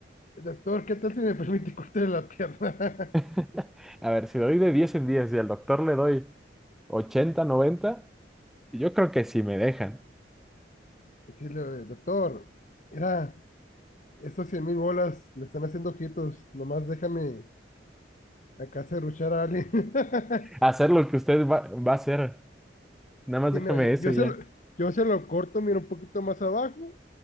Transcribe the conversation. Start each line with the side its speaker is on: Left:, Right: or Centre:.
Left: doctor, ¿qué tal si me permite cortarle la pierna?
Centre: <laughs> A ver, si doy de 10 en 10 y al doctor le doy ochenta noventa yo creo que sí me dejan
Left: <laughs> Decirle, doctor, mira, esos cien mil bolas le están haciendo ojitos, nomás déjame acá serruchar a alguien. <laughs>
Centre: hacer lo que usted va, va a hacer. Nada más
Left: Sí,
Centre: déjeme
Left: mira, yo,
Centre: eso
Left: yo
Centre: y
Left: se
Centre: ya,
Left: lo, yo se lo corto, mira, un poquito más abajo